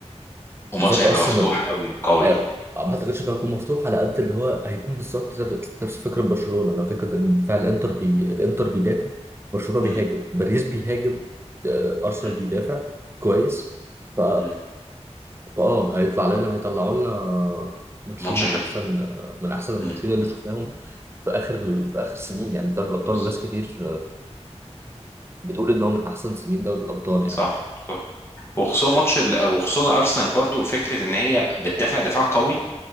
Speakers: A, on the left; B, on the right.
A: وماتش
B: بالذات
A: هيبقى
B: ارسنال
A: مفتوح قوي وقوي
B: آه، ما اعتقدش انه هيكون مفتوح على قد اللي هو هيكون بالظبط نفس نفس فكره برشلونه لو فكره ان دفاع الانتر بي... الانتر بيدافع برشلونه بيهاجم
A: مم.
B: باريس بيهاجم آه، ارسنال
A: مم.
B: بيدافع كويس ف
A: مم.
B: اه هيطلع لنا هيطلعوا لنا ماتشين
A: ماتش
B: من
A: حلو
B: احسن من احسن الماتشين
A: مم.
B: اللي شفناهم في اخر في اخر سنين يعني دوري الابطال
A: بالظبط
B: ناس كتير بتقول ان هو من احسن سنين دوري الابطال يعني
A: صح صح وخصوصا ماتش ال... وخصوصا ارسنال برضو فكره ان هي بتدافع دفاع قوي